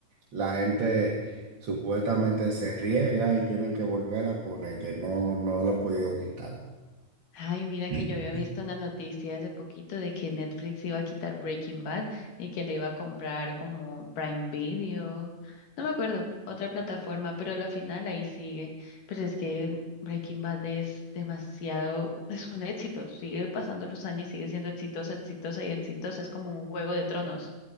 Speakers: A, on the right; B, on the left.
A: la gente supuestamente se riega y tienen que volver a poner, que no, no la han podido quitar.
B: Ay, mira
A: Mm.
B: que yo había visto una noticia hace poquito de que Netflix iba a quitar Breaking Bad y que le iba a comprar como Prime Video, no me acuerdo, otra plataforma, pero a la final ahí sigue. Pero es que Breaking Bad es demasiado, es un éxito, sigue pasando los años y sigue siendo exitosa, exitosa y exitosa, es como un Juego de Tronos,